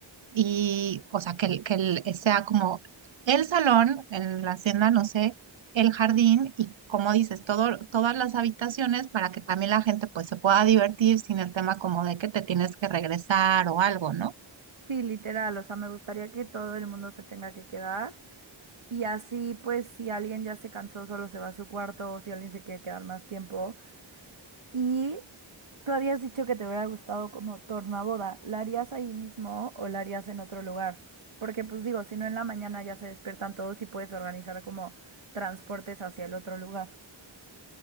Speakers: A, on the right (about 70°); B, on the right (about 80°).
A: y, o sea, que, el- que el- eh, sea como el salón, en la hacienda, no sé, el jardín y, como dices, todo, todas las habitaciones para que también la gente pues se pueda divertir sin el tema como de que te tienes que regresar o algo, ¿no?
B: Sí, literal, o sea, me gustaría que todo el mundo se tenga que quedar y así pues si alguien ya se cansó solo se va a su cuarto o si alguien se quiere quedar más tiempo Y tú habías dicho que te hubiera gustado como tornaboda. ¿La harías ahí mismo o la harías en otro lugar? Porque pues digo, si no en la mañana ya se despiertan todos y puedes organizar como transportes hacia el otro lugar.